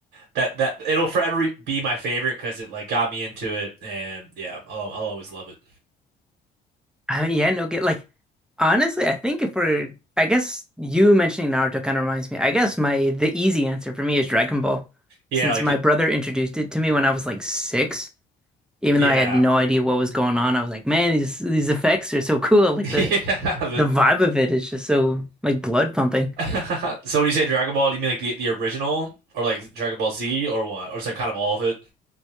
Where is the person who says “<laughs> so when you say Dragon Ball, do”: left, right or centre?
Right